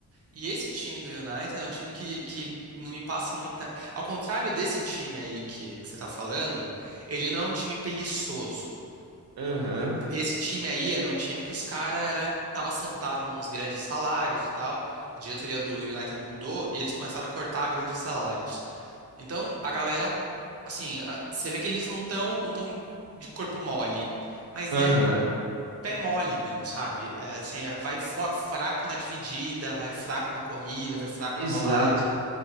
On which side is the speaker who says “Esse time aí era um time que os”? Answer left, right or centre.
Right